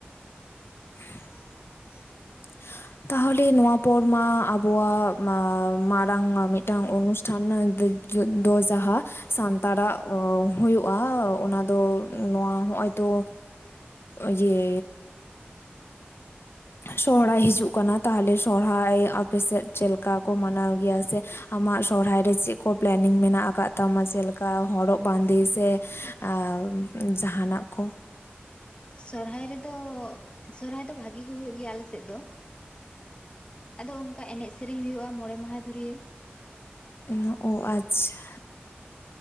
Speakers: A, on the left; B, on the left.
A: <unintelligible> ᱛᱟᱦᱚᱞᱮ, ᱱᱚᱣᱟ ᱯᱚᱨ ᱢᱟ ᱟᱵᱚᱣᱟᱜ ᱢᱟᱨᱟᱝ ᱢᱤᱫᱴᱟᱝ ᱚᱱᱩᱥ ᱴᱷᱟᱱ ᱫᱚ ᱡᱟᱦᱟᱸ ᱥᱟᱱᱛᱟᱲᱟᱜ ᱦᱩᱭᱩᱜᱼᱟ ᱚᱱᱟ ᱫᱚ ᱱᱚᱣᱟ ᱦᱚᱸᱜᱼᱚᱭ ᱛᱚ ᱤᱭᱟᱹ ᱥᱚᱦᱚᱨᱟᱭ ᱦᱤᱡᱩᱜ ᱠᱟᱱᱟ᱾ ᱛᱟᱦᱚᱞᱮ ᱥᱚᱨᱦᱟᱭ ᱟᱯᱮ ᱥᱮᱫ ᱪᱮᱫ ᱞᱮᱠᱟ ᱠᱚ ᱢᱟᱱᱟᱣ ᱜᱮᱭᱟ ᱥᱮ ᱟᱢᱟᱜ ᱥᱚᱦᱨᱟᱭ ᱨᱮ ᱪᱮᱫ ᱠᱚ ᱯᱞᱮᱱᱤᱝ ᱢᱮᱱᱟᱜ ᱟᱠᱟᱜ ᱛᱟᱢᱟ? ᱡᱮᱞᱮᱠᱟ ᱦᱚᱨᱚᱜ ᱵᱟᱸᱫᱤ ᱥᱮ <unintelligible> ᱡᱟᱦᱟᱱᱟᱜ ᱠᱚ᱾
B: ᱥᱚᱨᱦᱟᱭ ᱨᱮᱫᱚ, ᱥᱚᱨᱦᱟᱭ ᱫᱚ ᱵᱷᱟᱹᱜᱤ ᱜᱤ ᱦᱩᱭᱩᱜ ᱜᱮᱭᱟ ᱟᱞᱮ ᱥᱮᱫ ᱫᱚ ᱟᱫᱚ ᱚᱱᱠᱟ ᱮᱱᱮᱡ ᱥᱮᱨᱮᱧ ᱦᱩᱭᱩᱜᱼᱟ, ᱢᱚᱬᱮ ᱢᱟᱦᱟ ᱫᱷᱩᱨᱤᱭᱟᱹ
A: ᱚᱱᱟ, ᱚ ᱟᱪᱪᱷᱟ᱾